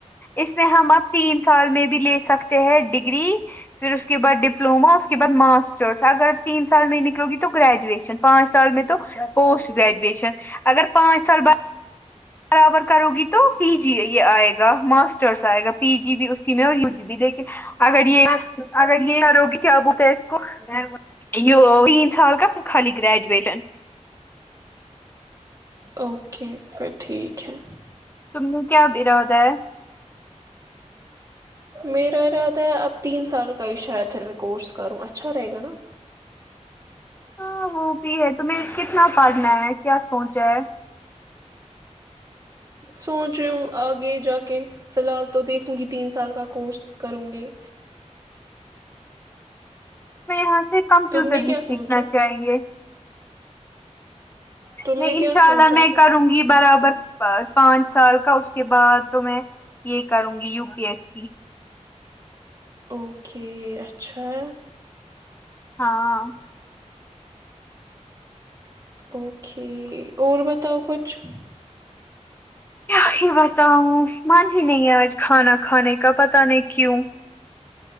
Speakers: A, on the left (about 15°); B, on the right (about 30°).
A: اس میں ہم اب تین سال میں بھی لے سکتے ہیں ڈگری پھر اس کے بعد ڈپلوما اس کے بعد ماسٹرس اگر تین سال میں نکلو گی تو تو گریجویشن پانچ سال میں تو پوسٹ گریجویشن اگر پانچ سال ب برابر کرو گی تو پی جی یہ آئے گا ماسٹرس آئے گا پی جی بھی اسی میں اور یو جی بھی لیک کے اگر یہ اگر یہ کرو گی کیا بتا ہے اس کو ائیو تین سال کا پھر خالی گریجویشن
B: او اوکے پھر ٹھیک ہے
A: تم نے کیا ارادہ ہے
B: میرا ارادہ ہے اب تین سال کا ہی شاید پھر میں کورس کروں اچھا رہے گا نا
A: ہاں وہ بھی ہے تمہیں کتنا پڑنا ہے کیا سوچا ہے
B: سوچ رہی ہو آگے جا کے فی الحال تو دیکھوں گی تین سال کا کورس کروں گی
A: میں یہاں سے کمپیوٹر
B: تم نے کیا
A: بھی سیکھنا
B: سوچا
A: چاہیے
B: تم
A: نہیں
B: نے
A: انشاء
B: کیا سوچا
A: اللہ میں
B: ہے
A: کروں گی برابر پر پانچ سال کا اس کے بعد تو میں یہ کروں گی U P S C
B: okay اچھا ہے
A: ہاں
B: اوکے اور بتاؤ کچھ
A: کیا ہی بتاؤ من ہی نہیں ہے آج کھانا کھانے کا پتا نہیں کیوں